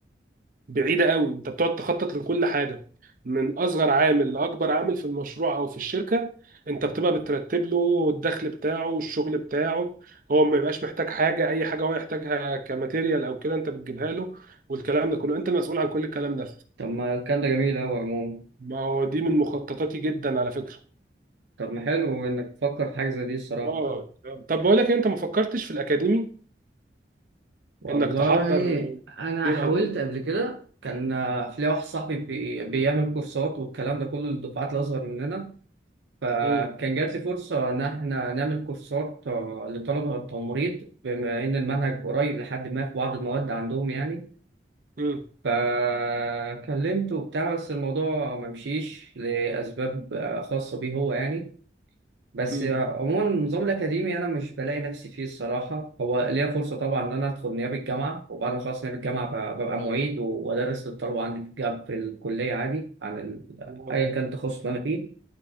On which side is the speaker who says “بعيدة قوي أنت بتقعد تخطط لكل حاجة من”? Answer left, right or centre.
Right